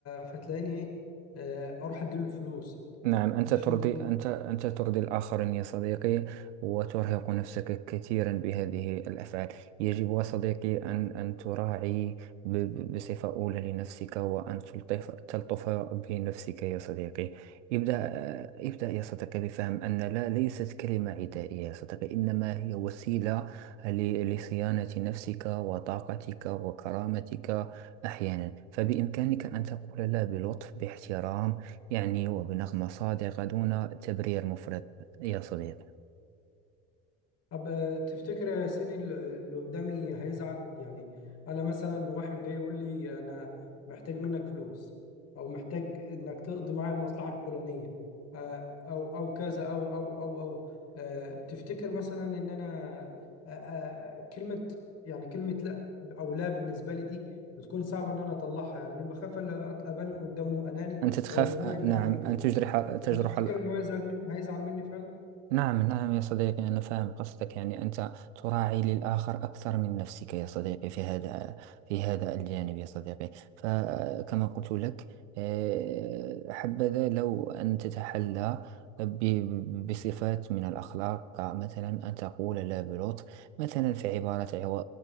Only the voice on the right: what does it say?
نعم
أنت ترضي
أنت أنت ترضي الآخرين يا صديقي وترهق نفسك كثيرا بهذه الأفعال يجب يا صديقي أن أن تراعي ب- ب- بصفة أولى لنفسك وأن تلطف تلطف بنفسك يا صديقي ابدأ آه، ابدأ يا صديقي بفهم أن لا ليست كلمة عدائية يا صديقي إنما هي وسيلة ل- لصيانة نفسك وطاقتك وكرامتك أحيانا فبإمكانك أن تقول لا بلطف باحترام يعني وبنغمة صادقة دون تبرير مفرط يا صديقي
أنت تخاف
نعم
أن
تجرح تجرح
نعم نعم يا صديقي أنا فاهم قصدك يعني أنت تراعي للآخر أكثر من نفسك يا صديقي في هذا في هذا الجانب يا صديقي فكما قلت لك آه، حبذا لو أن تتحلى ب- بصفات من الأخلاق كمثلا أن تقول لا بلطف مثلا في عبارة عو-